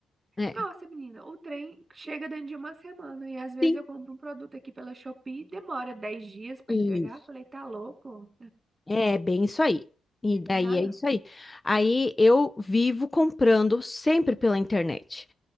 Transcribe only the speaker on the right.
Nossa, menina, o trem chega dentro de uma semana e às vezes
eu compro um produto aqui pela Shopee, demora 10 dias pra
entregar. Falei, tá louco?
Não dá
não.